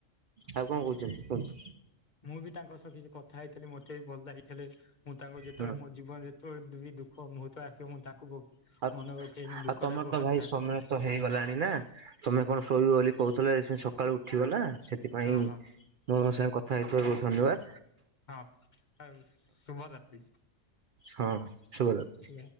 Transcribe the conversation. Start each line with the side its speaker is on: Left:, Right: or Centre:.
Left: ହ
Right: ଆଉ କଣ
Left: ହଁ
Right: କହୁଛନ୍ତି କୁହନ୍ତୁ
Left: ମୁଁ ବି ତାଙ୍କ ସହ କିଛି କଥା ହେଇଥିଲି ମତେ ବି ଭଲ ଲାଗିଥିଲେ। ମୁଁ ତାଙ୍କୁ ଯେତେବେଳେ
Right: ହଁ
Left: ମୋ ଜୀବନ ଯେତେବେଳେ ବି ଦୁଃଖ ମୁହୂର୍ତ୍ତ ଆସିବ ମୁଁ ତାଙ୍କୁ
Right: ଆଉ
Left: ମନେ ପକେଇ ମୁଁ ଦୁଃଖ
Right: ଆଉ ତମର
Left: ଟାକୁ
Right: ତ
Left: ହାଲକା
Right: ଭାଇ ସମୟ
Left: କରିଥିଲି
Right: ତ ହେଇଗଲାଣି ନା ତମେ କଣ
Left: ହଁ
Right: ଶୋଇବ ବୋଲି କହୁଥିଲେ ସେ ସକାଳୁ ଉଠିବ ନା ସେଥିପାଇଁ ମୋ
Left: ହଁ ହଁ
Right: ସାଙ୍ଗେ କଥା ହେଇଥିବାରୁ ବହୁତ ଧନ୍ୟବାଦ।
Left: ହଁ ଆଉ ଶୁଭରାତ୍ରି।
Right: ହଁ ଶୁଭରାତ୍ରି।
Left: ଶୁଭ